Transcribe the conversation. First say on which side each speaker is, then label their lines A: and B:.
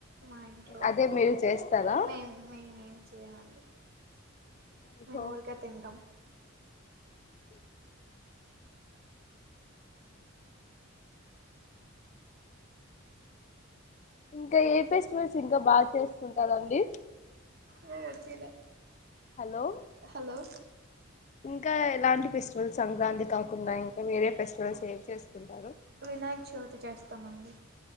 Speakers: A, on the right; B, on the left.
A: మా ఇంట్లో
B: అదే మీరు చేస్తారా
A: మేము మేమే చెయ్యండి
B: ఓహో
A: మేము ఊరికే తింటాం
B: ఇంకా ఏ ఫెస్టివల్స్ ఇంకా బాగా చేసుకుంటారండి
A: నే వద్దిన
B: హలో
A: హలో
B: ఇంకా ఎలాంటి ఫెస్టివల్స్ సంక్రాంతి కాకుండా ఇంకా వేరే ఫెస్టివల్స్ ఏవి చేసుకుంటారు
A: వినాయక్ చవితి చేస్తామండి